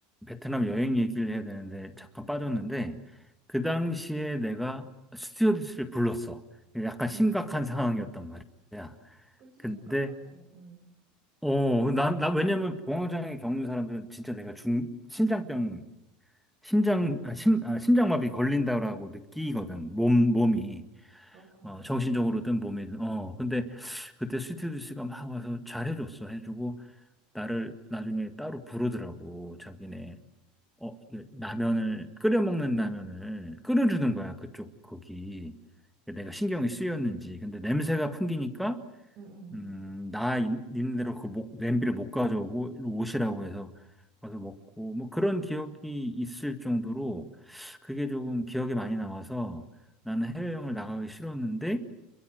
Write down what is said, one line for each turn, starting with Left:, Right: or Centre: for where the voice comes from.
Centre: 베트남 여행 얘기를 해야 되는데 잠깐 빠졌는데 그 당시에 내가 스튜어디스를 불렀어. 약간 심각한
Right: 응,
Centre: 상황이었단 말이야.
Right: 그치,
Centre: 근데
Right: 심각하지. 응,
Centre: 어, 나, 나, 왜냐면 공황장애 겪는 사람들은 진짜 내가 중, 심장병, 심장, 아, 심, 아, 심장마비 걸린다라고 느끼거든. 몸, 몸이.
Right: 그렇구나.
Centre: 어, 정신적으로든 몸이든. 어, 근데 그때 스튜디오스가 막 와서 잘해줬어. 해주고, 나를 나중에 따로 부르더라고. 자기네, 어, 이게 라면을, 끓여먹는 라면을 끓여주는 거야. 그쪽, 거기. 내가 신경이 쓰였는지. 근데 냄새가 풍기니까,
Right: 응, 응.
Centre: 음, 나 있- 있는 대로 그 목, 냄비를 못 가져오고 일로 오시라고 해서 가서 먹고 뭐 그런 기억이 있을 정도로 그게 조금 기억에 많이 남아서 나는 해외여행을 나가기 싫었는데